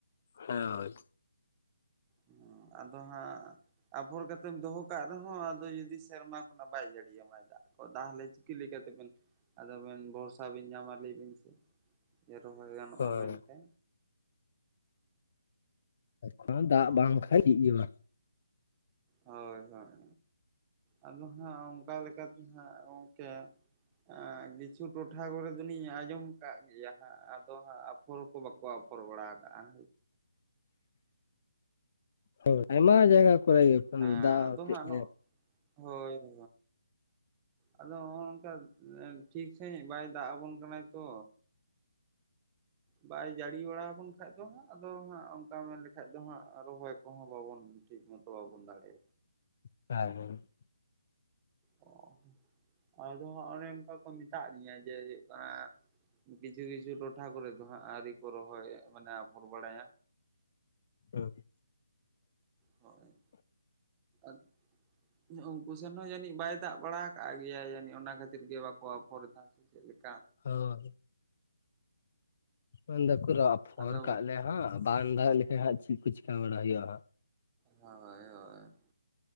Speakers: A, on the left; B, on the right.
A: ᱦᱮᱸᱼᱳᱭ᱾
B: ᱩᱸ ᱟᱫᱚ ᱦᱟᱸᱜ ᱟᱯᱷᱚᱨ ᱠᱟᱛᱮᱢ ᱫᱚᱦᱚ ᱠᱟᱜ ᱨᱮᱦᱚᱸ ᱟᱫᱚ ᱡᱩᱫᱤ ᱥᱮᱨᱢᱟ ᱠᱷᱚᱱᱟᱜ ᱵᱟᱭ ᱡᱟᱹᱲᱤᱭᱟᱢᱟᱭ ᱫᱟᱜ᱾ ᱛᱚ ᱛᱟᱦᱚᱞᱮ ᱪᱤᱠᱟᱹ ᱞᱮᱠᱟ ᱛᱮᱵᱮᱱ ᱟᱫᱚ ᱵᱮᱱ ᱵᱷᱚᱨᱥᱟ ᱵᱮᱧ ᱧᱟᱢᱟ ᱞᱟᱹᱭ ᱵᱤᱱ ᱥᱮ? ᱡᱮ ᱨᱚᱦᱚᱭ ᱜᱟᱱᱚᱜᱼᱟ
A: ᱦᱳᱭ
B: ᱢᱮᱱᱛᱮ᱾
A: <inaudible> ᱫᱟᱜ ᱵᱟᱝ ᱠᱷᱟᱱᱡ ᱪᱤᱜ ᱜᱮ ᱵᱟᱝ᱾
B: ᱦᱳᱭ ᱦᱳᱭ ᱟᱫᱚ ᱦᱟᱸᱜ ᱚᱝᱠᱟ ᱞᱮᱠᱟᱛᱮ ᱦᱟᱸᱜ ᱜᱚᱝᱠᱮ᱾ ᱟᱸ ᱱᱤᱪᱷᱩ ᱴᱚᱴᱷᱟ ᱠᱚᱨᱮ ᱫᱚᱞᱤᱧ ᱟᱸᱡᱚᱢ ᱠᱟᱜ ᱜᱮᱭᱟ ᱦᱟᱸᱜ ᱟᱫᱚ ᱦᱟᱸᱜ ᱟᱯ ᱯᱷᱚᱨ ᱠᱚ ᱵᱟᱠᱚ ᱟᱯᱷᱚᱨ ᱵᱟᱲᱟ ᱟᱠᱟᱜᱼᱟ᱾
A: ᱦᱳ ᱟᱭᱢᱟ ᱡᱟᱭᱜᱟ ᱠᱚᱨᱮ ᱜᱮ᱾
B: ᱦᱮᱸ
A: ᱫᱟᱜ
B: ᱟᱫᱚ
A: ᱦᱚᱛᱮᱫ
B: ᱦᱟᱸᱜ
A: ᱜᱮ
B: ᱱᱚᱜ ᱦᱳᱭ᱾ <inaudible> ᱟᱫᱚ ᱦᱚᱸ ᱚᱝᱠᱟ ᱴᱷᱤᱠ ᱥᱟᱹᱦᱤᱡ ᱵᱟᱭ ᱫᱟᱜ ᱟᱵᱚᱱ ᱠᱟᱱᱟᱭ ᱛᱚ᱾ ᱵᱟᱭ ᱡᱟᱹᱲᱤ ᱵᱟᱲᱟ ᱟᱵᱚᱱ ᱠᱷᱟᱡ ᱫᱚ ᱦᱟᱸᱜ ᱟᱫᱚ ᱦᱟᱸᱜ ᱚᱱᱠᱟ ᱢᱮᱱ ᱞᱮᱠᱷᱟᱡ ᱫᱚ ᱦᱟᱸᱜ ᱨᱚᱦᱚᱭ ᱠᱚᱦᱚᱸ ᱵᱟᱵᱚᱱ ᱴᱷᱤᱠ ᱢᱚᱛᱚ ᱵᱟᱵᱚᱱ ᱫᱟᱲᱮ
A: <inaudible>
B: ᱚ ᱟᱫᱚ ᱦᱟᱜ ᱚᱱᱮ ᱚᱱᱠᱟ ᱠᱚ ᱢᱮᱛᱟᱜ ᱞᱤᱧᱟ ᱡᱮ ᱦᱩᱭᱩᱜ ᱠᱟᱱᱟ ᱠᱤᱪᱷᱩ ᱠᱤᱪᱷᱩ ᱴᱚᱴᱷᱟ ᱠᱚᱨᱮ ᱫᱚ ᱦᱟᱜ ᱟᱹᱣᱨᱤ ᱠᱚ ᱨᱚᱦᱚᱭ ᱢᱟᱱᱮ ᱟᱯᱷᱚᱨ ᱵᱟᱲᱟᱭᱟ᱾
A: ᱟᱸ᱾
B: ᱦᱳᱭ᱾ <inaudible> ᱩᱱᱠᱩ ᱥᱮᱱ ᱦᱚᱸ ᱡᱟᱹᱱᱤᱡ ᱵᱟᱭ ᱫᱟᱜ ᱵᱟᱲᱟ ᱟᱠᱟᱜ ᱜᱮᱭᱟ ᱡᱟᱱᱤᱡ ᱚᱱᱟ ᱠᱷᱟᱹᱛᱤᱨ ᱜᱮ ᱵᱟᱠᱚ ᱟᱯᱷᱚᱨ ᱫᱟ᱾ ᱪᱮᱜ ᱞᱮᱠᱟ?
A: ᱦᱳᱭ᱾ ᱢᱮᱱ ᱫᱟᱠᱚ ᱨᱟ ᱟᱯᱷᱚᱨ
B: ᱟᱫᱚ
A: ᱠᱟᱜ ᱞᱮ ᱦᱟᱸᱜ ᱵᱟᱝ ᱫᱟᱜ ᱞᱮᱠᱷᱟᱭ ᱦᱟᱸᱜ ᱪᱤ ᱠᱚ ᱪᱤᱠᱟ ᱵᱟᱲᱟ ᱦᱩᱭᱩᱜᱼᱟ ᱦᱟᱸᱜ᱾
B: ᱦᱳᱭ ᱦᱳᱭ᱾